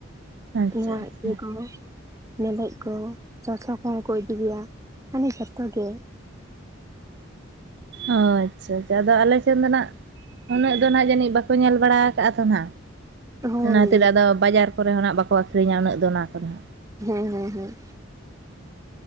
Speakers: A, on the right; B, on the right.
A: ᱟᱪᱪᱷᱟ
B: ᱱᱚᱣᱟ
A: ᱟᱪᱪᱷᱟ
B: ᱤᱭᱟᱹ ᱠᱚᱼᱼ ᱢᱮᱞᱮᱡ ᱠᱚ ᱥᱚᱥᱟ ᱠᱚ ᱦᱚᱸ ᱠᱚ ᱤᱫᱤ ᱜᱮᱭᱟ ᱢᱟᱱᱮ ᱡᱚᱛᱚ ᱜᱮ
A: ᱚ ᱟᱪᱪᱷᱟ ᱟᱪᱪᱷᱟ ᱟᱫᱚ ᱟᱞᱮ ᱴᱷᱮᱱ ᱫᱚ ᱱᱟᱜ ᱩᱱᱟᱹᱜ ᱫᱚ ᱱᱟᱦᱟᱜ ᱡᱟᱹᱱᱤᱡ ᱵᱟᱠᱚ ᱧᱮᱞ ᱵᱟᱲᱟ ᱟᱠᱟᱫᱼᱟ ᱛᱚ ᱦᱟᱸᱜ
B: ᱦᱳᱭ
A: ᱚᱱᱟ ᱠᱷᱟᱹᱛᱤᱨ ᱟᱫᱚ ᱵᱟᱡᱟᱨ ᱠᱚᱨᱮ ᱦᱚᱸ ᱱᱟᱜ ᱵᱟᱠᱚ ᱟᱹᱠᱷᱨᱤᱧᱟ ᱩᱱᱟᱹᱜ ᱫᱚ ᱚᱱᱟ ᱠᱚᱫᱚ ᱦᱟᱸᱜ
B: ᱦᱮᱸ ᱦᱮᱸ ᱦᱮᱸ